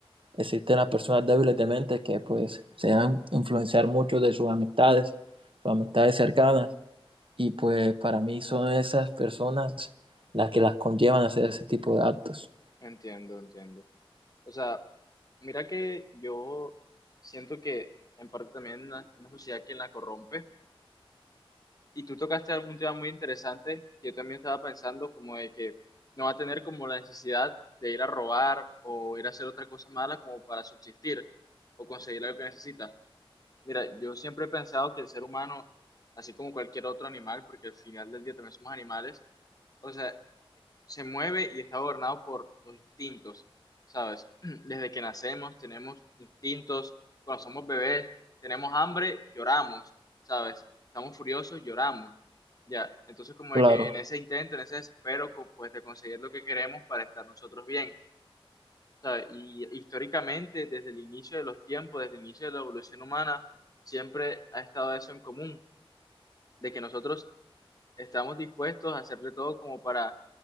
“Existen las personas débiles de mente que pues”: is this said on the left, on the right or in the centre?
Right